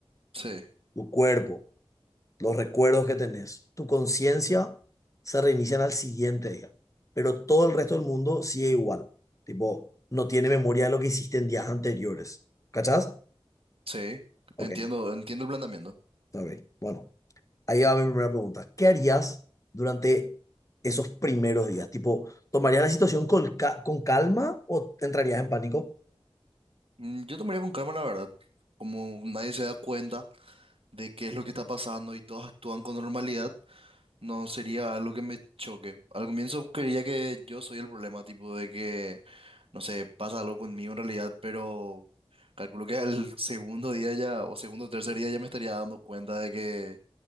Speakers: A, on the right; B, on the left.
A: sí,
B: Tu cuerpo, los recuerdos que tenés, tu conciencia se reinician al siguiente día, pero todo el resto del mundo sigue igual. Tipo, no tiene memoria de lo que hiciste en días anteriores. ¿Cachás?
A: sí.
B: Ok,
A: Entiendo, entiendo el planteamiento.
B: ok. Bueno, ahí va mi primera pregunta. ¿Qué harías durante esos primeros días? Tipo, ¿tomarías la situación con, ca- con calma o te entrarías en pánico?
A: Mm, Yo tomaría con calma, la verdad. Como nadie se da cuenta de qué es lo que está pasando y todos actúan con normalidad, no sería algo que me choque. Al comienzo creía que yo soy el problema, tipo de que, no sé, pasa algo conmigo en realidad, pero calculo que al segundo día ya, o segundo o tercer día ya me estaría dando cuenta de que